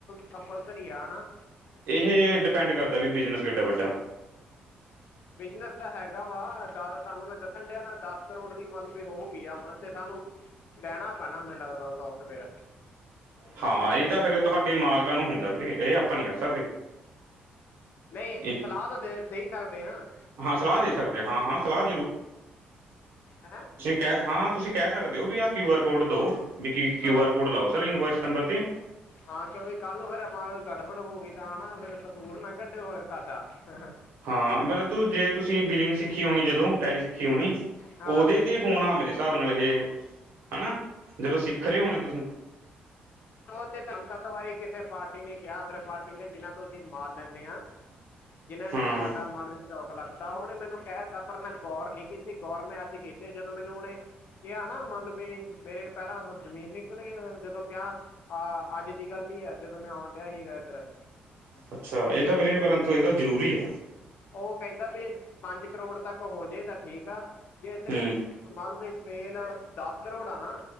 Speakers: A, on the left (about 60°); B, on the right (about 75°).
A: ਕੰਪਲਸਰੀ ਆ, ਹੈਨਾ।
B: ਏਹ ਡਿਪੈਂਡ ਕਰਦਾ ਵੀ ਬਿਜਨਸ ਕਿੱਡਾ ਵੱਡਾ।
A: ਬਿਜਨਸ ਤਾਂ ਹੈਗਾ ਵਾ ਜਾਦਾ, ਤੁਆ ਨੂੰ ਮੈਂ ਦੱਸਣ ਡਿਆ ਨਾ ਦਸ ਕਰੋੜ ਦੀ ਮਾਲਕ ਵੀ ਹੋਗੀਈ ਆ ਹੁਣ ਤੇ ਸਾਨੂੰ ਲੈਣਾ ਪੈਣਾ ਮੈਨੂੰ ਲੱਗਦਾ ਓ ਸੋਫਟਵੇਅਰ।
B: ਹਾਂ, ਏ ਤਾਂ ਫੇਰ ਤੁਹਾਡੀ ਮਾਲਕਾਂ ਨੂੰ ਹੁੰਦਾ ਵੀਰੇ, ਏ ਆਪਾਂ ਨੀ ਕਰ ਸਕਦੇ।
A: ਨਈਂ,
B: ਇਹ
A: ਸਲਾਹ ਤਾਂ ਦੇ ਦੇਈ ਸਕਦੇ ਆਂ।
B: ਹਾਂ ਸਲਾਹ ਦੇ ਸਕਦੇ ਹਾਂ ਹਾਂ ਸਲਾਹ
A: ਹੈਂ?
B: ਕੈਹ ਹਾਂ ਤੁਸੀਂ ਕੈਹ ਸਕਦੇ ਓ ਵੀ ਆਹ ਕਿਊ ਆਰ ਕੋਡ ਦਿਉ ਵੀ, ਕੀ ਕਿਊ
A: ਹਾਂ
B: ਆਰ ਕੋਡ ਲਾਓ ਸਰ ਇਨਵੋਇਸ ਨੰਬਰ 'ਤੇ।
A: ਹਾਂ ਕਿਉਂਕਿ ਕੱਲ ਫੇਰ ਆਪਾਂ ਗੜਬੜ ਹੋ ਗਈ ਤਾਂ ਨਾਂ ਫੇਰ ਕੱਢੇ ਹੋਰ ਸਾਡਾ <unintelligible>
B: ਹਾਂ ਮਤਲਬ ਜੇ ਤੁਸੀਂ ਬਲਿੰਗ ਸਿੱਖੀ ਹੋਣੀ ਜਦੋਂ, ਟੈਲੀ ਸਿੱਖੀ ਹੋਣੀ
A: ਹਾਂ
B: ਓਦੇ ਤੇ ਹੋਣਾ ਮੇਰੇ ਸਾਬ ਨਾਲ ਇਹ ਹਨਾ, ਜਦੋਂ ਸਿਖ ਰਰੇ ਹੋਣੇ ਤੁਸੀਂ
A: ਓਤੇ ਸਾਨੂੰ ਸੱਤ ਵਾਰੀ ਕਿਸੇ ਪਾਰਟੀ ਨੇ ਕੇਯਾ ਅਦਰ ਪਾਰਟੀ ਨੇ ਜਿਨਾਂ ਤੋਂ ਅਸੀਂ ਮਾਲ ਲੈਂਨੇ ਆਂ। ਜਿਨ੍ਹਾਂ ਦੇ
B: ਹਾਂ
A: ਥਰੂ ਸਾਡਾ ਮਾਲ ਸ਼ੌਕ ਲੱਗਦਾ ਓਨੇ ਮੈਨੂੰ ਕਹਿ ਤਾ ਪਰ ਮੈਂ ਗੌਰ ਨੀ ਕੀਤੀ ਗੌਰ ਮੈਂ ਅੱਜ ਕੀਤੀ ਜਦੋਂ ਮੈਨੂੰ ਉਨੇ ਕੇਆ ਨਾ ਮਤਲਬ ਵੀ ਮੇਰੇ ਪੈਰਾਂ ਤੋਂ ਜਮੀਨ ਨਿਕਲ ਗਈਂ ਜਦੋਂ ਕੇਆ ਆਹ ਅੱਜ ਦੀ ਗੱਲ ਹੀ ਆ ਜਦੋਂ ਮੈਂ ਆਉਣ ਡਿਆ ਸੀਗਾ ਏਧਰ।
B: ਅੱਛਾ, ਏ ਤਾਂ ਵੀਰੇ ਪਰੰਤੂ ਏਦਾ ਜਰੂਰੀ ਏ।
A: ਓ ਕੈਂਦਾ ਵੀ ਪੰਜ ਕਰੋੜ ਤੱਕ ਹੋਜੇ ਤਾਂ ਠੀਕ ਆ, ਜੇ
B: ਹੂੰ
A: ਤੇਰੇ ਮਲਬ ਸੇਲ ਦਸ ਕਰੋੜ ਆ ਨਾ